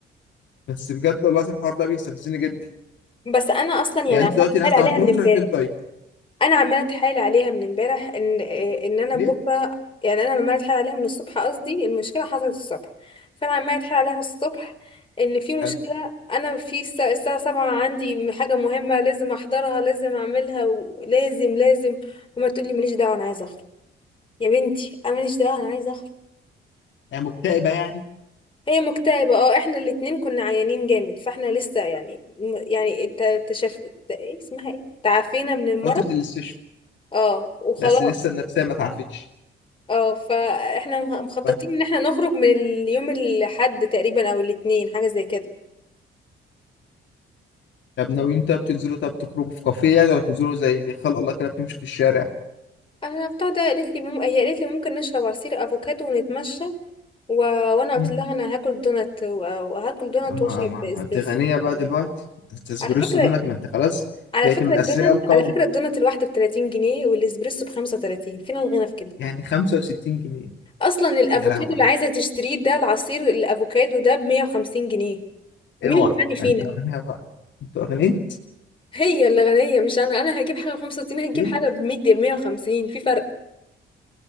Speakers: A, on the left; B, on the left.
A: بس بجد والله العظيم الحوار ده بيستفزني جدا
B: بس انا اصلا يعني
A: يعني
B: عمال
A: انت دلوقتي الناس
B: حال عليها
A: طب هتخرجوا
B: من امبارح
A: تروحي فين طيب؟
B: انا عماله اتحايل عليها من امبارح ان ان انا
A: ايه؟
B: بكره يعني انا عماله اتحايل عليها من الصبح قصدي المشكله حصلت الصبح فانا عماله اتحايل عليها الصبح ان في مشكله
A: حلو
B: انا في الس- الساعه 7 عندي حاجه مهمه لازم احضرها لازم اعملها ولازم لازم وما تقولي ماليش دعوه انا عايزه اخرج يا بنتي انا ماليش دعوه انا عايزه اخرج
A: يعني مكتئبه يعني
B: هي مكتئبه اه احنا الاتنين كنا عيانين جامد فاحنا لسه يعني يعني انت تشاف ايه اسمها ايه تعافينا من المرض
A: فتره الاستشفاء
B: اه وخلاص
A: بس لسه النفسيه ما تعافتش
B: اه فاحنا مه- مخططين
A: طيب
B: ان احنا نخرج من اليوم الاحد تقريبا او الاثنين حاجه زي كده
A: طب ناويين طب تنزلوا طب تخرجوا في كافيه يعني ولا بتنزلوا زي خلق الله كده بتمشوا في الشارع؟
B: انا بتاع ده قالت لي مم... هي قالت لي ممكن نشرب عصير افوكادو ونتمشى و... وانا قلت
A: مم.
B: لها انا هاكل دونات و... وهاكل دونات
A: ما
B: واشرب
A: ما
B: اسبريسو
A: ما انت غنيه بقى دلوقتي انت اسبريسو
B: على فكره
A: دونك ما انت خلاص
B: على
A: بقيت
B: فكره
A: من
B: الدونات
A: اثرياء القوم
B: على فكره الدونات الواحده ب 30 جنيه والاسبريسو ب 35 فين الغنى في كده
A: يعني 65 جنيه
B: اصلا الافوكادو
A: يا لهوي
B: اللي عايزه تشتريه ده العصير الافوكادو ده ب 150 جنيه مين
A: اوعى
B: اللي غني فينا
A: انت اغنياء بقى انت اغنياء
B: هي اللي غنية مش أنا أنا هجيب حاجة بخمسة وستين هتجيب
A: ايه
B: حاجة بمية بمية وخمسين في فرق